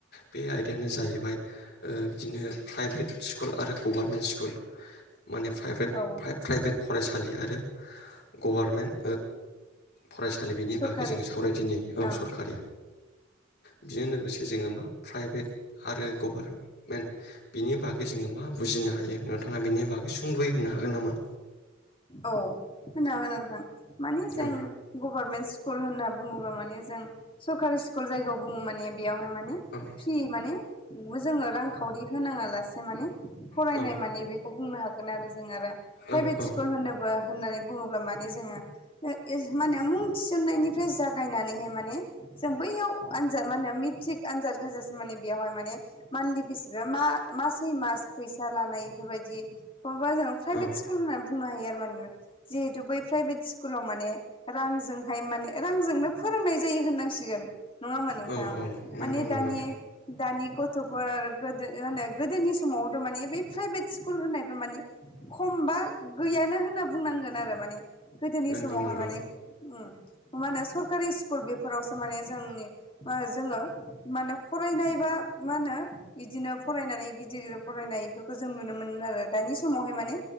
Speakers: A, on the left; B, on the left.
A: बे आयदायानो जाहैबाय बिदिनो प्राइभेट स्कुल आरो गभार्मेन्ट स्कुल माने प्राइभेट
B: औ
A: प्राइभेट फरायसालि आरो गभारमेन्ट फरायसालि बिनि
B: सरखारि
A: बागै जोङो सावरायदिनि औ
B: ओं
A: सरखारि बेजों लोगोसे जोङो मा प्राइभेट आरो गभारमेन्ट बिनि बागै जोङो मा बुजिनो हायो नोंथाङा बेनि बागै सुंद्रयै होनो हागोन नामा?
B: औ होनागोन नोंथां माने जों
A: औ
B: गभारनमेन्ट स्कुल होनना बुङोब्ला माने जों सरकारि स्कुल जायगायाव बुङो माने बेयावहाय माने
A: औ
B: फ्रि माने जोङो रांखावरि होनाङा लासे माने फरायनाय
A: औ
B: मानिे बेखौ बुंनो हागोन आरो जों आरो प्राइभेट
A: औ औ
B: स होनोबो होननानै बुङोब्ला माने जोङो माने मुं थिसन्नायनिफ्राय जागायनानैहाय माने जों बैयाव आनजाद मा होनो मेट्रिक आनजाद होजासि माने बेयावहाय माने मान्थलि बेसिसफ्रा मा मासै मास फैसा लानाय बेफोरबायदि बखबा जों प्राइभेट
A: औ औ
B: स्कुल होननानै बुंनो हायो आरो माने जिहेथु बै प्राइभेट स्कुलाव माने रांजोंहाय माने रांजोंनो फोरोंनाय जायो होननांसिगोन। नङाामोन नोंथां
A: औ औ नंगौ
B: माने
A: नंगौ
B: दानि? दानि गथ'फोर आरो गोदो होनो गोदोनि समावथ' माने बै प्राइभेट स्कुल होननायफ माने खमबा गैयानो होनना बुंनांगोन आरो माने गोदोनि
A: नंगौ
B: समावहाय
A: नंगौ
B: मने मा होनो सरकारि स्कुल बेफोरावसो माने जोंनि जोङो म होने फरायनाय बा मा होनो बिदिनो फरायनानै गिदिर गिदिर फरायनाय खौ जों नुनो मोनो आरो दानि समावहाय माने